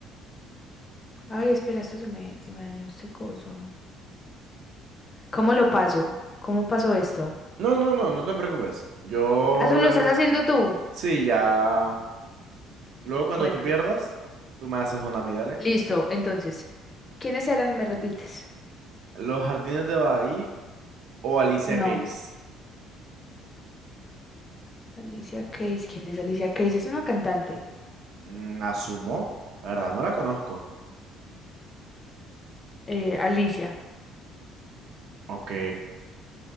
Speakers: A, on the left; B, on the right.
A: Ay, espera, esto se me, se me dañó este coso. ¿Cómo lo paso? ¿Cómo pasó esto?
B: No, no, no, no te preocupes. Yo
A: Ah, eso
B: luego.
A: lo estás haciendo tú.
B: Sí, ya. Luego cuando
A: Bueno,
B: tú pierdas, tú me haces una a mí, dale.
A: listo, entonces, ¿quiénes eran? ¿Me repites?
B: Los jardines de Baha'i o Alicia
A: No,
B: Keys.
A: Alicia Keys. ¿Quién es Alicia Keys? Es una cantante.
B: Mm, asumo. La verdad, no la conozco.
A: Eh, Alicia.
B: Ok.